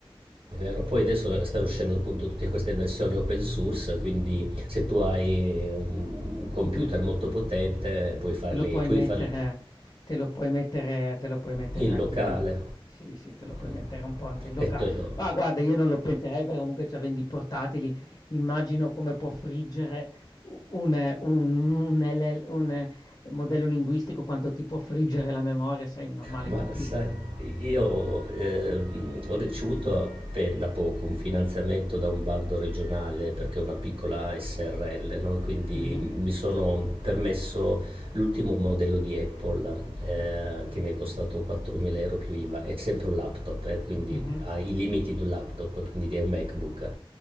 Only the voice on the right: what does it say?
Vero, poi adesso stanno uscendo appunto tutte queste versioni open source, quindi se tu hai un computer
molto potente puoi farli,
puoi
farli
in
locale
Mm.
e te lo,
Ma
sai, io ehm, ho ricevuto appen- da poco un finanziamento da un bando regionale perché è una piccola SRL, no? Quindi
mi sono permesso l'ultimo modello di Apple eh, che mi è costato 4.000 euro più IVA. È sempre un laptop, eh, quindi
ha i limiti di un laptop, quindi è un MacBook.